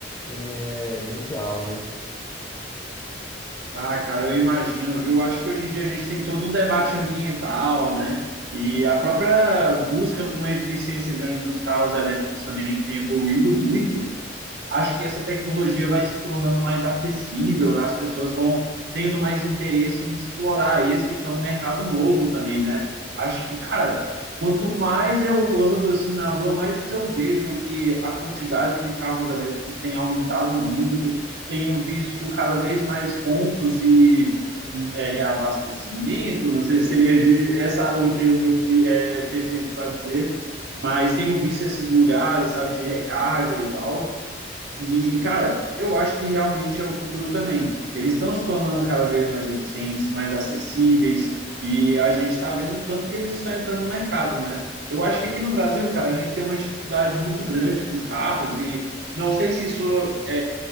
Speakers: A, on the left (about 15°); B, on the right (about 60°).
A: eh, mundial, né?
B: Ah, cara, eu imagino, viu? Acho que hoje em dia a gente tem todo um debate ambiental, né? E a própria busca por uma eficiência grande dos carros elétricos também, que tem evoluído muito, acho que essa tecnologia vai se tornando mais acessível, as pessoas vão tendo mais interesse em explorar esse que é um mercado novo também, né? Acho que, cara, quanto mais eu ando assim na rua, mais eu vejo que a quantidade de carros elétricos tem aumentado muito. Tenho visto cada vez mais pontos de é, reabastecimento, não sei se seria de, essa o termo é, perfeito para dizer, mas tenho visto esses lugares, sabe, de recarga e tal. E, cara, eu acho que realmente é o futuro também. Eles estão se tornando cada vez mais eficientes, mais acessíveis, e a gente está vendo o tanto que eles estão entrando no mercado, né? Eu acho que aqui no Brasil, cara, a gente tem uma dificuldade muito grande com carros, e não sei se isso